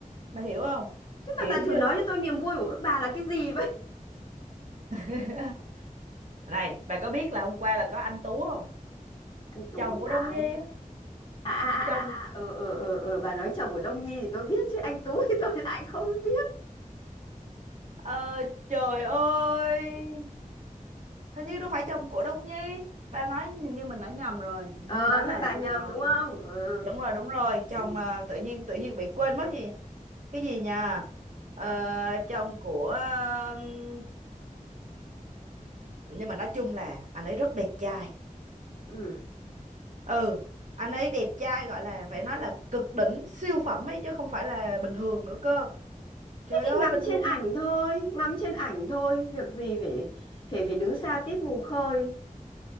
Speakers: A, on the right (about 60°); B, on the left (about 35°).
A: bà hiểu không
B: Chứ mà
A: kiểu
B: bà
A: như
B: thử nói cho tôi niềm vui của các bà là cái gì
A: <laughs> này bà có biết là hôm qua là có anh Tú không
B: anh Tú
A: chồng
B: là
A: của Đông Nhi
B: ai
A: á
B: à à à
A: chồng
B: à à, ờ ờ ờ ờ, bà nói chồng của Đông Nhi thì tôi biết chứ anh Tú thì <laughs> tôi lại không biết
A: Ờ, trời ơi hình như đâu phải chồng của Đông Nhi ba nói hình như mình nói nhầm rồi Hình
B: ờ
A: như đó là
B: thế là bà nhầm
A: chồng
B: đúng không ờ
A: đúng rồi đúng rồi chồng
B: ừ.
A: à, tự nhiên tự nhiên bị quên mất gì cái gì nha ờ, chồng của ừm, nhưng mà nói chung là anh ấy rất đẹp trai
B: ừ.
A: ừ anh ấy đẹp trai gọi là phải nói là cực đỉnh siêu phẩm ấy chứ không phải là bình thường nữa cơ trời
B: thế thì
A: ơi
B: ngắm
A: bình
B: trên
A: thường
B: ảnh
A: này.
B: thôi ngắm trên ảnh thôi việc gì phải phải phải đứng xa tít mù khơi